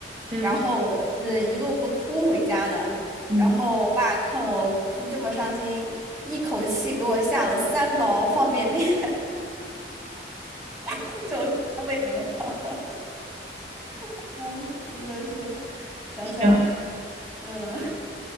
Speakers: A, on the right; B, in the centre.
A: 嗯
B: 然后我是一路哭回家的。
A: 嗯，
B: 然后我爸看我哭这么伤心，一口气给我下了三包方便面，<laughs> 就是安慰我。<laughs> 哎，真的是，想想，
A: 天呐，
B: 嗯。